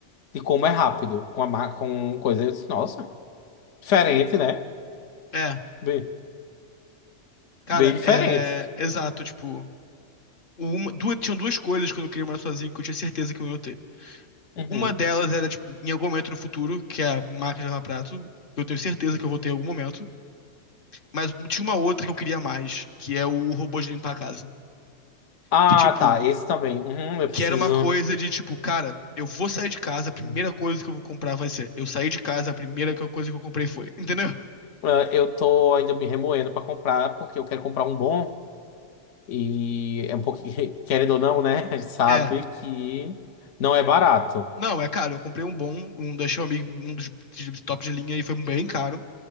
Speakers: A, on the left; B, on the left.
A: de como é rápido com a ma- com coisa. Eu disse, nossa, diferente, né?
B: É,
A: Bem,
B: cara,
A: bem diferente.
B: é. Exato, tipo. Uma, duas, tinham duas coisas quando eu queria morar sozinho que eu tinha certeza que eu ia ter.
A: Uhum.
B: Uma delas era, tipo, em algum momento no futuro, que é a máquina de lavar prato, que eu tenho certeza que eu vou ter em algum momento. Mas tinha uma outra que eu queria mais, que é o robô de limpar a casa.
A: Ah,
B: Que, tipo,
A: tá, esse também. Uhum, eu preciso.
B: que era uma coisa de, tipo, cara, eu vou sair de casa, a primeira
A: Uhum.
B: coisa que eu vou comprar vai ser. Eu saí de casa, a primeira co- coisa que eu comprei foi. Entendeu?
A: Ah, Eu tô ainda me remoendo pra comprar, porque eu quero comprar um bom. E é um pouquinho, <laughs> querendo ou não, né? A gente sabe
B: É,
A: que não é barato.
B: Não, é caro. Eu comprei um bom, um da Xiaomi, um dos de- de top de linha e foi bem caro.